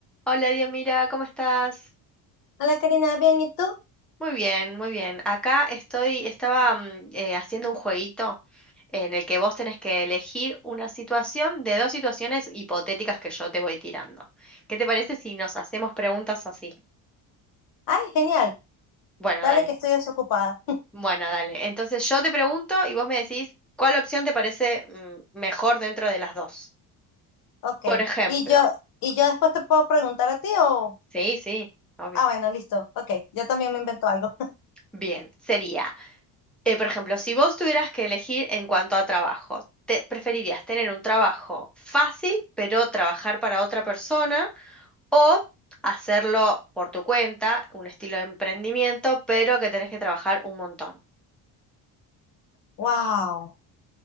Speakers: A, in the centre; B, on the left.
A: Hola, Diomira, ¿cómo estás?
B: Hola Karina, bien, ¿y tú?
A: Muy bien, muy bien. Acá estoy, estaba mm, eh, haciendo un jueguito en el que vos tenés que elegir una situación de dos situaciones hipotéticas que yo te voy tirando. ¿Qué te parece si nos hacemos preguntas así?
B: Ay, genial,
A: Bueno,
B: dale
A: dale.
B: que estoy desocupada.
A: Bueno, dale. Entonces yo te pregunto y vos me decís cuál opción te parece mm, mejor dentro de las dos.
B: Ok,
A: Por ejemplo.
B: y yo, y yo después te puedo preguntar a ti o...
A: Sí, sí, obvio.
B: Ah, bueno, listo, ok, yo también me invento algo. <laughs>
A: Bien, sería. Eh, por ejemplo, si vos tuvieras que elegir en cuanto a trabajo, ¿te preferirías tener un trabajo fácil, pero trabajar para otra persona, o hacerlo por tu cuenta, un estilo de emprendimiento, pero que tenés que trabajar un montón?
B: Wow,